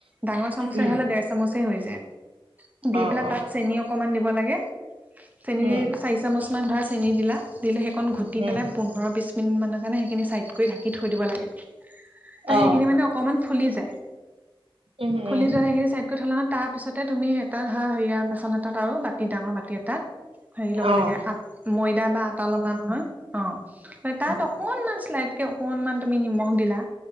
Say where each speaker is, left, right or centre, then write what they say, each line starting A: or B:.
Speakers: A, on the right; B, on the right.
A: ডাঙৰ চামুচে
B: উম
A: হলে দেৰ চামুচে হৈ যায় দে দি
B: অ
A: পেলাই
B: অ
A: তাত চেনি অকনমান দিব লাগে চেনি
B: উম
A: দি চাৰি চামুচ মান ধৰ চেনি দিলা দিলে সেইখন ঘূটি
B: উম
A: পেলাই পোন্ধৰ বিছ মিনিট মানৰ কাৰণে সেইখিনি চাইড কৰি ঢাকি থৈ দিব লাগে তাই
B: অ
A: সেইখিনি মানে অকণমান ফুলি যায়
B: উম
A: ফুলি
B: উম
A: যোৱাৰ সেইখিনি চাইড কৰি থোলা হ তাৰপিছতে তুমি এটা হা হেৰিয়া বাচন এটাত আৰু বাতি ডাঙৰ বাতি এটাত হেৰি ল'ব
B: অ
A: লাগে আ ময়দা বা আটা ললা নহয় অ তাত অকণ অকমান চলাইটকে অকনমান তুমি নিমখ দিলা